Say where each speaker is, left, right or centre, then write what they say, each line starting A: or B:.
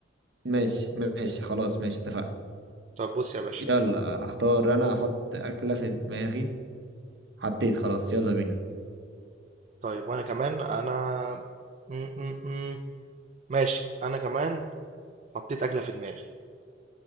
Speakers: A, on the right; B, on the right.
A: ماشي ماشي خلاص ماشي اتفقنا
B: طب بص يا باشا
A: يلا اختار أنا أحط أكلة في دماغي حطيت خلاص يلا بينا
B: طيب وانا كمان انا م -م -م. ماشي انا كمان حطيت اكلة في دماغي